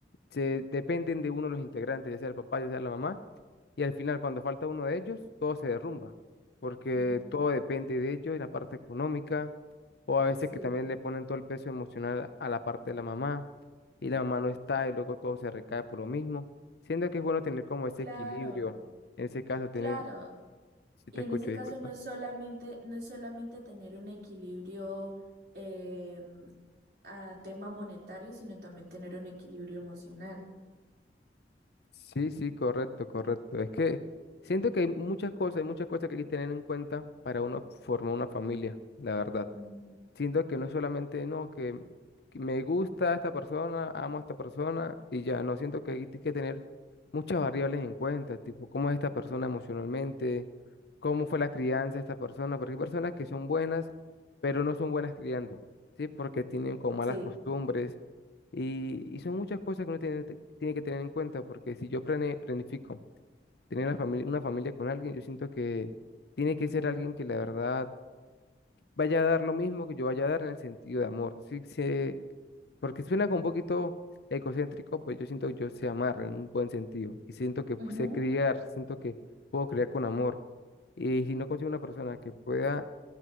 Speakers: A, on the left; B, on the right.
A: se dependen de uno de los integrantes, ya sea el papá, ya sea la mamá, y al final cuando falta uno de ellos, todo se derrumba, porque
B: ujú.
A: todo depende de ellos en la parte económica, o a veces
B: Sí,
A: que también le ponen todo el peso emocional a la parte de la mamá, y la mamá no está, y luego todo se recae por lo mismo, siendo que es bueno tener como ese
B: claro,
A: equilibrio, en ese caso tener,
B: claro.
A: si
B: Y
A: te
B: en
A: escucho,
B: ese
A: disculpa.
B: caso no es solamente, no es solamente tener un equilibrio em, a tema monetario, sino también tener un equilibrio emocional.
A: Sí, sí, correcto, correcto. Es que siento que hay muchas cosas, hay muchas cosas que hay que tener en cuenta para uno formar una familia, la verdad.
B: Ujú,
A: Siento que no es solamente, no, que, que me gusta esta persona, amo a esta persona y ya, no, siento que hay que tener muchas variables en cuenta, tipo, cómo es esta persona emocionalmente, cómo fue la crianza de esta persona, porque hay personas que son buenas, pero no son buenas criando, ¿sí? Porque tienen como malas
B: Sí,
A: costumbres y, y son muchas cosas que uno tiene, te- tiene que tener en cuenta, porque si yo plane- planifico tener una familia, una familia con alguien, yo siento que tiene que ser alguien que la verdad vaya a dar lo mismo que yo vaya a dar en el sentido de amor, ¿sí? Se- porque suena como un poquito egocéntrico, pues yo siento que yo sé amar en un buen sentido y siento que
B: ujú.
A: sé criar, siento que puedo criar con amor. Y si no consigo una persona que pueda